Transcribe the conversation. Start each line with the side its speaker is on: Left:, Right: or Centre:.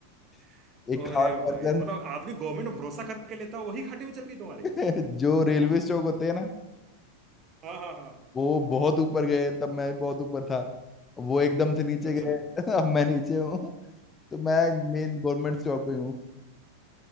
Left: <laughs>
Right: <laughs>
Left: एक
Right: अरे
Left: खास
Right: भाई
Left: कर
Right: मतलब आदमी गवर्नमेंट भरोसा करके लेता है, वही घाटे में चल रही है तुम्हारी
Left: <laughs> जो रेलवे स्टॉक होते हैं ना
Right: हाँ हाँ हाँ
Left: वो बहुत ऊपर गए तब मैं बहुत ऊपर था वो एकदम से नीचे
Right: अच्छा
Left: गए <laughs> अब मैं नीचे हूँ तो मैं मेन गवर्नमेंट स्टॉक पे हूँ